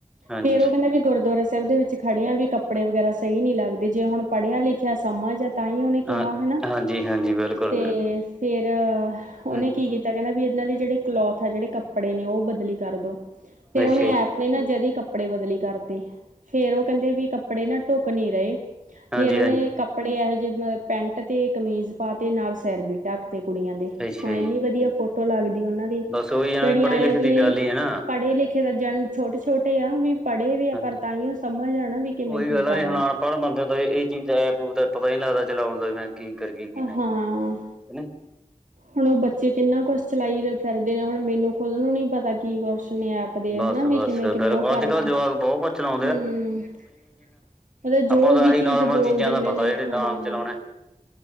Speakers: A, in the centre; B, on the right.
A: ਹਾਂਜੀ
B: ਫੇਰ ਉਹ ਕਹਿੰਦਾ ਵੀ ਗੁਰਦੁਆਰਾ ਸਾਹਿਬ ਦੇ ਵਿੱਚ ਖੜਿਆਂ ਵੀ ਕੱਪੜੇ ਵਗੈਰਾ ਸਹੀ ਨਹੀਂ ਲੱਗਦੇ। ਜੇ ਹੁਣ ਪੜ੍ਹਿਆ-ਲਿਖਿਆ ਸਮਝ ਆ ਤਾਂ ਹੀ ਉਹਨੇ
A: ਹਾਂ
B: ਕਿਹਾ ਹਨਾ
A: ਹਾਂਜੀ ਹਾਂਜੀ ਬਿਲਕੁਲ
B: ਤੇ
A: ਬਿਲਕੁਲ
B: ਫੇਰ ਉਹਨੇ
A: ਹਮ
B: ਕੀ ਕੀਤਾ ਕਹਿੰਦਾ ਵੀ ਇਹਨਾਂ ਦੇ ਜਿਹੜੇ ਕਲੋਥ ਆ ਜਿਹੜੇ ਕੱਪੜੇ ਨੇ। ਉਹ ਬਦਲੀ ਕਰ ਦੋ ਫੇਰ
A: ਅੱਛਾ
B: ਉਹਨੇ
A: ਜੀ
B: ਐ ਤੇ ਨਾ ਜਦੀ ਕੱਪੜੇ ਬਦਲੀ ਕਰਤੇ। ਫੇਰ ਉਹ ਕਹਿੰਦੇ ਵੀ ਕੱਪੜੇ ਨਾ ਢੁੱਕ ਨਹੀਂ ਰਹੇ।
A: ਹਾਂਜੀ
B: ਫ਼ੇਰ ਉਹਨੇ
A: ਹਾਂਜੀ
B: ਕੱਪੜੇ ਇਹੋ ਜਿਹੇ ਮਤਲ ਪੈਂਟ ਤੇ ਕਮੀਜ਼ ਪਾ ਤੇ ਨਾਲ ਸਿਰ ਵੀ ਟਕ ਤੇ ਤੇ ਕੁੜੀਆਂ ਦੇ।
A: ਅੱਛਾ
B: ਹੁਣ
A: ਜੀ
B: ਇੰਨੀ ਵਧੀਆ ਫੋਟੋ ਲੱਗਦੀ ਉਹਨਾਂ ਦੀ
A: ਬਸ ਉਹੀ ਹੈ
B: ਜਣੀ
A: ਵੀ ਪੜ੍ਹੇ
B: ਆਂਏ
A: ਲਿਖੇ ਦੀ
B: ਵੀ।
A: ਗੱਲ ਹੀ ਹੈ ਨਾ
B: ਪੜ੍ਹੇ-ਲਿਖੇ ਤਾਂ ਜ ਛੋਟੇ- ਛੋਟੇ ਆ ਵੀ ਪੜ੍ਹੇ ਵਏ ਆ
A: ਹਾਂਜੀ
B: ਪਰ ਤਾਹੀਓਂ ਸਮਝ ਆ ਨਾ ਵੀ ਕਿਵੇਂ
A: ਉਹੀ
B: ਕੀ
A: ਗੱਲ
B: ਕਰਨਾ।
A: ਹੈ ਹੁਣ ਬੰਦੇ ਦਾ ਇਹ ਚੀਜ਼ ਐਪ -ਐਪੂ ਦਾ ਪਤਾ ਹੀ ਲੱਗਦਾ ਚਲਾਉਣ ਦਾ ਮੈਂ ਕੀ ਕਰੀਏ ਕੀ ਨਹੀਂ
B: ਹਾਂ
A: ਕਰੀ <inaudible> ਹਨਾ
B: ਹੁਣ ਉਹ ਬੱਚੇ ਕਿੰਨਾ ਕੁਸ਼ ਚਲਾਈ ਫਿਰਦੇ ਨੇ। ਹੁਣ ਮੈਨੂੰ ਖੁਦ ਨੂੰ ਨਹੀਂ ਪਤਾ। ਕੀ ਕੁਸ਼ ਨੇ ਐਪ ਦੇ
A: ਬਸ-ਬਸ
B: ਹਨਾ ਵੀ ਕਿਵੇਂ-ਕਿਵੇਂ
A: ਬਿਲਕੁਲ
B: ਉਹ
A: ਅੱਜ-ਕੱਲ੍ਹ
B: ਕਰਨਾ।
A: ਜਵਾਕ ਬਹੁਤ ਕੁਛ ਚਲਾਉਣ
B: ਹੂ ਮਤਲਬ ਜੋ
A: ਆਪਾਂ ਨੂੰ ਤਾਂ
B: ਵੀ
A: ਆਹੀ ਨੋਰਮਲ
B: ਚੀਜ਼ ਬੋਲ
A: ਚੀਜ਼ਾਂ
B: ਦਿੰਦੇ
A: ਦਾ ਪਤਾ
B: ਨੇ
A: ਜਿਹੜੇ ਨਾਮ
B: ਹਾਂ।
A: ਚਲਾਉਣੇ